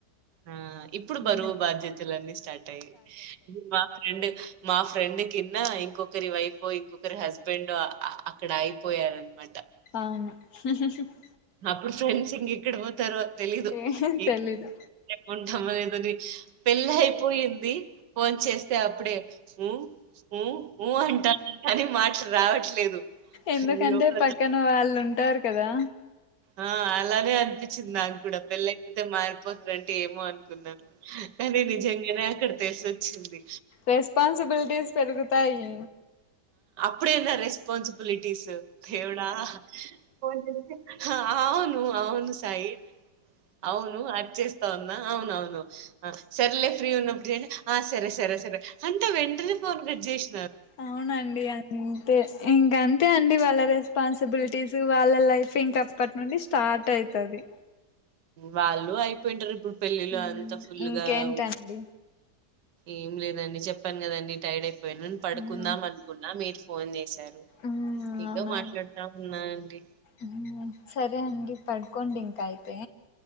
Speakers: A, on the right; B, on the left.
A: ఆ ఇప్పుడు
B: ఉమ్
A: బరువు బాధ్యతలున్నీ స్టార్ట్ అయ్యాయి మా రెండు మా ఫ్రెండ్ కిన్నా ఇంకొకరి వైఫ్ ఇంకొకరి హస్బెండ్ అక్కడ అయిపోయారనమాట
B: అవును <unintelligible>
A: అప్పుడు ఫ్రెండ్స్ ఇంగ్ ఎక్కడ పోతారు తెలీదు
B: ఏం
A: ఇ
B: తెలీదు
A: ఏమో డమ్మలేదు అది పెళ్ళయిపోయిన్ ది ఫోన్ చేస్తే అప్పుడే ఉ ఊ ఊ అంటాారు కానీ మాటలు రావట్లేదు
B: ఎందుకంటే
A: అయ్యో ప్రదానం
B: పక్కన వాళ్ళు ఉంటారు కదా
A: ఆ అలానే అనిపిత్ చింది నా కూడా పెళ్లయిపోతే మారి పోతారండి ఏమో అనుకున్నాను కానీ నిజంగనే ఏతేసి వచ్చింది,
B: రెస్పాన్సిబిలిటీస్ పెరుగుతాయి.
A: అప్పుడెన్న రెస్పాన్స్, ట్విటీస్ దేవుడా కొంచం అవును అవును సాయి అవును అట్ చేస్తా ఉన్నా, అవున అవును సరేలే ఫ్రీ ఉన్నప్పుడు ఆ సరే సరే సరే అంటే వెంటనే ఫోన్ కట్ చేసి,
B: అవునండి అంతే ఇంకాం అంతే అండి వాళ్ళ రెస్పాన్సిబిలిటీస్ వాళ్ళ లైఫ్ ఇంక అప్పటి నుండి స్టార్ట్ అయితది.
A: వాళ్ళు అయిపోయింటారు ఇప్పుడు పెళ్ళిలో
B: ఉమ్,
A: అంతా ఫుల్గా
B: ఇంకేంటండి
A: ఉ ఏం లేదండి చెప్పాను కదండి టైడ్ అయిపో నుండి పడుకుందాం
B: ఉమ్,
A: అనుకున్నా, మీరు ఫోన్ చేశారు
B: ఉమ్,
A: మీతో
B: అవునా
A: మాట్లాడుతా ఉన్నా అండి.
B: ఉమ్, సరే అండి పడుకోండి ఇంకాయితే